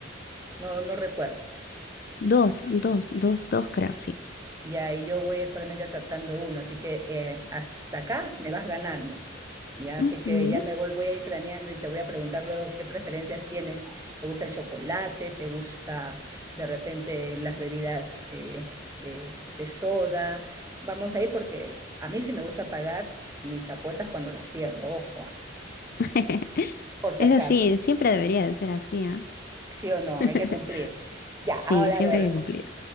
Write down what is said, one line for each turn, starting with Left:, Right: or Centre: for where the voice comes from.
Right: no, no recuerdo.
Left: Dos, dos, dos, dos, creo, sí.
Right: y ahí yo voy solamente acertando uno, así que eh, hasta acá me vas ganando. Ya,
Left: Ujú.
Right: así que ya me voy, voy a ir craneando y te voy a preguntar luego qué preferencias tienes. ¿Te gusta el chocolate? ¿Te gusta de repente las bebidas eh, eh, de soda? Vamos ahí porque a mí sí me gusta pagar mis apuestas cuando las pierdo, ojo, ah,
Left: <laughs>
Right: por si
Left: Es
Right: acaso.
Left: así, siempre debería de ser así, ¿ah?
Right: Sí o no,
Left: <laughs>
Right: hay que cumplir. Ya,
Left: Sí,
Right: ahora
Left: siempre
Right: a ver,
Left: hay que cumplir.